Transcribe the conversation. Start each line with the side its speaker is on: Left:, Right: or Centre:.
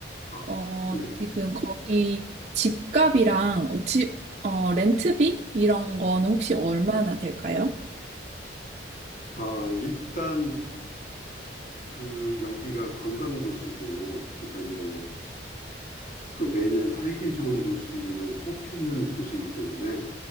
Left: 아,
Right: 어,
Left: 네.
Right: 지금 거기 집값이랑 집, 어, 렌트비? 이런 거는 혹시 얼마나 될까요?
Left: 아, 일단 그 여기가 관광 도시고 그다음에 그 매년 살기 좋은 도시로 꼽히는 도시이기 때문에